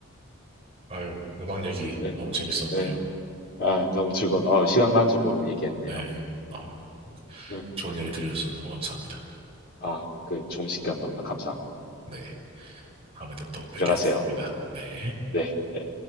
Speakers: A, on the right; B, on the left.
A: 아유, 음악 얘기
B: 네.
A: 너무 재밌었네요.
B: 네. 아, 너무 즐거워. 어, 시간 가는 줄 모르고 얘기했네요.
A: 네. 아유,
B: 응.
A: 좋은 얘기 들려주셔서 너무 감사합니다.
B: 아, 그 좋은 시간 너무나 감사합니다.
A: 네. 다음에 또 뵙겠습니다.
B: 들어가세요.
A: 네.
B: 네. 네.